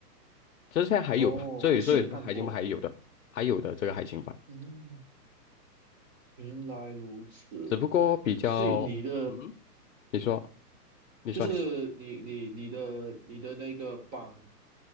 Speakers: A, on the left; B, on the right.
A: 这现在还有，
B: 哦，
A: 所以所以海星班还有的，
B: 我自己也看过，
A: 还有的这个海星班，
B: 嗯，原来如此，
A: 只不过比较，
B: 所以你的
A: 嗯，你说你说你
B: 就是你你你的你的那个榜